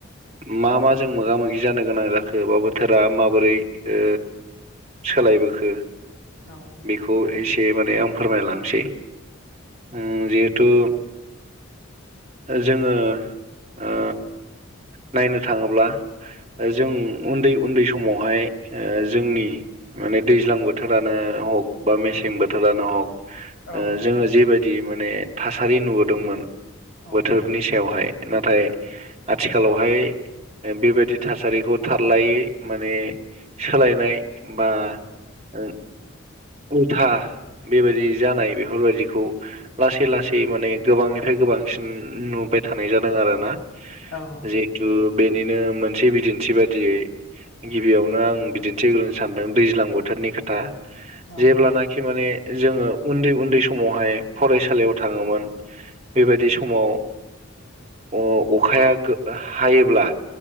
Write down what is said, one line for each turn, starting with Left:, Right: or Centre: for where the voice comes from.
Right: मा मा जों मोगा मोगि जानो गोनां जाखो बा बोथोरा माबोरै ओ सोलायबोखो।
Left: औ।
Right: इखौ एसे माने आं फोरमालांसै। ओ जिहेथु जोङो ओ नायनो थाङोब्ला जों उन्दै उन्दै समावहाय जोंनि माने दैज्लां बोथोरानो हग बा मेसें बोथोरानो हक
Left: औ
Right: जोङो जेबायदि माने थासारि नुबोदोंमोन।
Left: औ
Right: बोथोरनि सायावहाय। नाथाय आथिखालावहाय ओ बे बायदि थासारिखौ थारलायै माने सोलायनाय बा ओ उम। था बेबायदि जानाय बेफोरबायदिखौ लासै लासै माने गोबांनिफ्राय गोबांसिन नुबाय थानाय जादों आरो ना।
Left: औ
Right: जिहेथु बेनिनो मोनसे बिदिन्थि बादियै गिबियावनो आं बिदिन्थि होनो सानदों दैज्लां बोथोरनि खोथा
Left: औ
Right: जेब्लाना खि माने जोङो उन्दै उन्दै समावहाय फरायसालियाव थाङोमोन। बेबायदि समाव ओ अ अखाया गो हायोब्ला